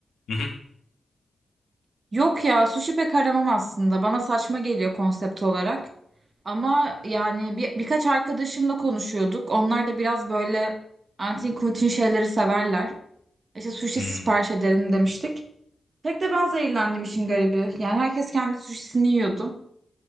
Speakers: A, on the left; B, on the right.
A: Hı hı.
B: Yok ya sushi pek aramam aslında. Bana saçma geliyor konsept olarak. Ama yani bir, birkaç arkadaşımla konuşuyorduk. Onlar da biraz böyle antin kuntin şeyleri severler. İşte sushi
A: Hmm.
B: sipariş edelim demiştik. Tek de ben zehirlendim işin garibi. Yani herkes kendi sushisini yiyordu.